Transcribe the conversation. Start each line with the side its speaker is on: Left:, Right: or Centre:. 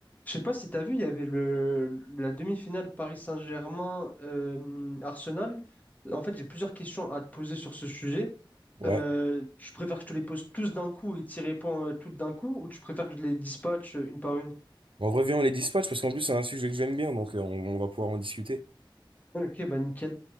Left: Je sais pas si t'as vu, il y avait le, la demi-finale Paris Saint-Germain euh, Arsenal. En fait, j'ai plusieurs questions à te poser sur ce sujet.
Right: Ouais.
Left: Euh, tu préfères que je te les pose tous d'un coup et t'y réponds euh, toutes d'un coup, ou tu préfères que je les dispatche euh, une par une?
Right: On revient, on les dispatch parce qu'en plus, c'est un sujet que j'aime bien, donc euh, on, on va pouvoir en discuter.
Left: Ok, bah nickel.